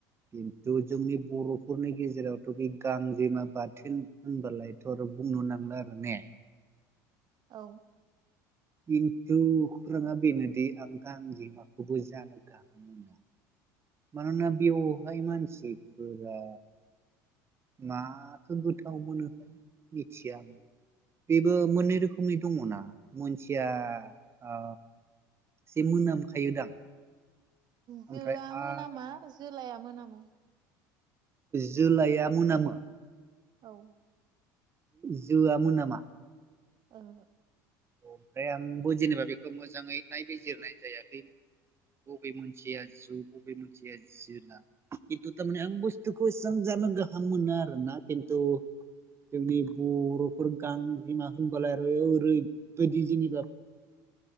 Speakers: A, on the right (about 30°); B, on the right (about 50°).
A: खिन्थु जोंनि बर'फोरनि गेजेरावथ' बे गांजेमा बाथोन होनबालायथ' आरो बुंनो नांला आरो ने
B: औ।
A: खिन्थु खौराङा बेनोदि आं गांजेमाखौबो जानो गाहाम मोना मानोना बेवहाय मानसिफोरा माखौ गोथाव मोनोखाय मिथिया आं बेबो मोननै रोखोमनि दङना मोन मसिया ओ एसे मोनामखायोदां
B: जोआ
A: ओमफ्राय
B: मोनामा
A: आरो
B: जोलाया मोनामो
A: जोलाया मोनामो
B: औ।
A: जोआ मोनामा
B: ओहो
A: ओमफ्राय आंबो जेनेबा बेखौ मोजाङै नायबिजिरनाय जायाखै बबे मोनसेया जु बबे मोनसेया जोला खिन्थु थारमाने आं बुस्थुखौ एसां जानो गाहाम मोनो आरोना खिन्थु जोंनि बर'फोर गांजिमा होनबला आरो ओरै बिदि जेनेबा